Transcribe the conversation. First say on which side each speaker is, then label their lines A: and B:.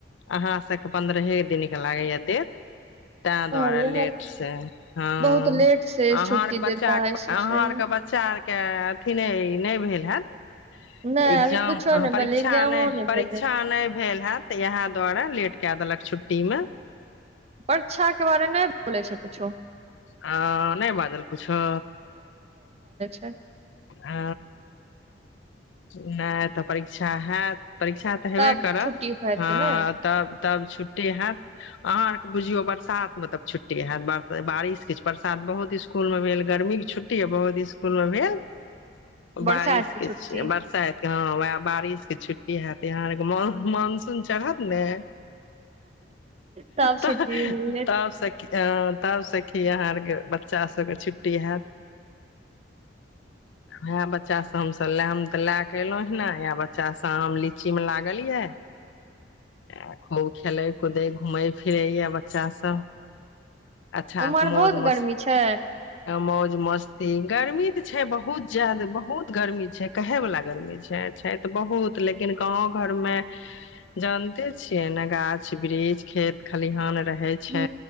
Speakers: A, on the left (about 85°); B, on the right (about 35°).
A: अहाँ सबके पन्द्रहे दिनके लागैएा देत त द्वारा
B: ओ यह
A: लेट छै हँ
B: बहुत लेट से
A: अहा
B: छुट्टी
A: आरके
B: देता
A: बच्चा
B: है सोलह
A: अहा आर के बच्चा के अथी नहि नहि भेल हैत
B: नहि
A: इग्जाम
B: अभी कुछो नहि
A: परिमा
B: भेलै एग्जामो नहि
A: परीक्षा
B: भेलै
A: नहि भेल हैत तऽ इएह दुआारे लेट के देलक छुट्टीमे
B: पर्षा के बारे नहि बोले छै कुछो
A: ह नहि बाजल किछु
B: तऽ
A: आ नहि तऽ परीक्षा हयैत परीक्षा तऽ हेबे
B: तब
A: करत
B: छुट्टी हेतै
A: ह
B: ने
A: तब तब छुट्टी हैत अहाँ बुझियौ बरसातमे तब छुट्टी होत बारिश कि बरसात बहुत इसकुलमे भेल गर्मीके छुट्टी बहुत इसकुलमे भेल
B: बरसात
A: बारिश
B: छुट्टी
A: के बरसाइत के हँ वएह बारिश के छट् इ हैत यहाँ आरके मान मानसून चढ़त ने
B: तब छुट्टी
A: तह
B: मिलले
A: तब स तब सखी अहाँ आर बच्चा सबके छुट्टी हत इएह बच्चा सब हमस ले हम तऽ लए क एलहु हे ने आ बच्चा सब आम लीची मे लागल ये आ खूब खेले कूदे घूमेै फिरे यए बच्चा सब अच्छा
B: उम्हर
A: से मौज
B: बहुत
A: मस्त
B: गर्मी छै
A: मौज मस्ती गर्मी ते छै बहुत जदे बहुत गर्मी कहे वाला गर्मी छै छै तऽ बहुत लेकिन गाँंव घर मे जानते छियै ने गाछ वृक्ष खेत खलिहान रहे छै
B: ह